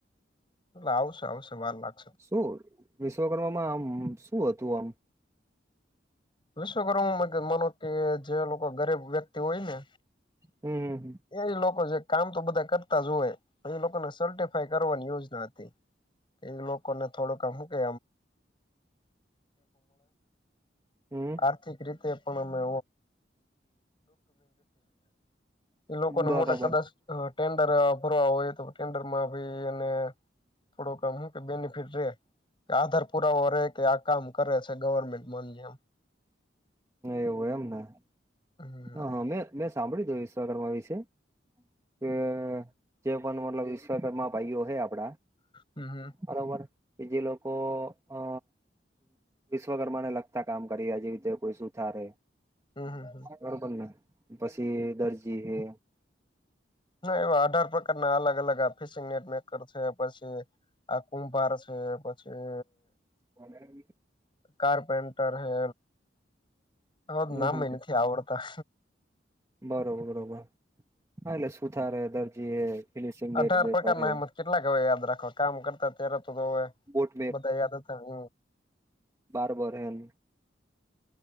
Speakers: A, on the left; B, on the right.
A: આવશે આવશે વાર લાગ
B: શું વિશ્વકર્મામાં આમ શું હતું આમ
A: વિશ્વકર્મમાં માનો કે જે લોકો ગરીબ વ્યક્તિ હોય ને
B: હમ્મ
A: એ લોકો જે કામ તો બધા કરતા જ હોય એ લોકોને સેલોટેપ કરવા ન્યુઝ ના હતી. એ લોકો ને થોડુંક કે
B: હમ
A: આર્થિક રીતે પણ અમે એ લોકોને
B: બરોબર
A: મોટા કદાચ ટેન્ડર ભરવા હોય તો ટેન્ડરમાં બી એને થોડોકામ હું કે બેનિફિટ જોયે કે આધાર પુરાવો રહેે કે આ કામ કરે છે ગવર્મેન્ટ માન્ય.
B: એવું એમના
A: હમ
B: હ હ મેં મેં સાંભળ્યું જો વિશ્વકમાં વિશે. કે જે પણ મતલબ વિશ્વકરમાં ભાઈઓ હે આપડા.
A: હમ હમ
B: બરોબર, કે જે લોકો અ વિશ્વકર્માને લગતા કામ કરીયા જે રીતે કોઈ સુુથારે
A: હમ હમ.
B: બરોબરને પછી દરજીએ.
A: ના એવા અઢાર પ્રકારના અલગ અલગ આપ ફિશિંગ નેટ મેકર છે પછી આ કુંભાર છે પછી
B: પગારની
A: કારપેન્ટર હે અમુક
B: હમ
A: નામેય
B: હમ
A: નથી આવડતા.
B: બરોબર બરોબર. હા, એટલે સુથારે, દરજીએ, ફિનિશિંગ
A: અઢાર
B: ને
A: પ્રકારના
B: કરે.
A: એમ કેટલાક હવે યાદ રાખો કામ કરતા ત્યારે તો હવે
B: બોટ
A: બધા યાદ હતા હ.
B: બારબર એમ.